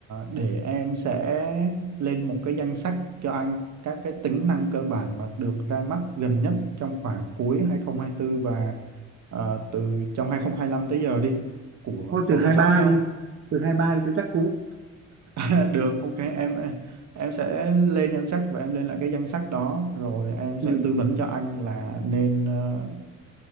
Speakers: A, on the right; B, on the right.
A: để em sẽ lên một cái danh sách cho anh các cái tính năng cơ bản mà được ra mắt gần nhất trong khoảng cuối 2024 và à, từ trong 2025 tới giờ đi của
B: thôi
A: Photoshop
B: từ hai ba
A: ha.
B: đi từ hai ba đi cho chắc cú
A: <laughs> Được, ok em em sẽ lên em check và em lên lại cái danh sách đó rồi em sẽ
B: ừ
A: tư vấn cho anh là nên ờ,